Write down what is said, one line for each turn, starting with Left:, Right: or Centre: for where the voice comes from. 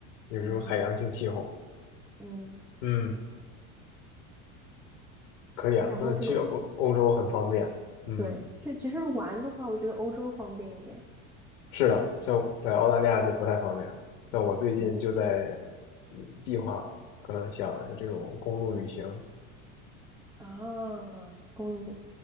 Left: 有时候海洋性气候。
Centre: 嗯嗯
Left: 嗯，可以啊，
Centre: 然后这个
Left: 那去欧欧洲很方便。嗯，
Centre: 对，就其实玩的话，我觉得欧洲方便一点。
Left: 是的，像在澳大利亚就不太方便。但我最近就在
Centre: 嗯。
Left: 计划，可能想有这种公路旅行。
Centre: 啊，公路里，